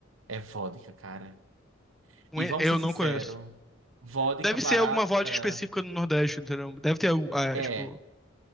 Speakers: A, on the right; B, in the centre.
A: É vodka, cara.
B: Um
A: E
B: e-
A: vamos
B: Eu
A: ser sinceros,
B: não conheço.
A: vodka
B: Deve
A: barata
B: ser alguma vodka específica do Nordeste, entendeu? Deve ter, algu- ah,
A: é.
B: é, tipo...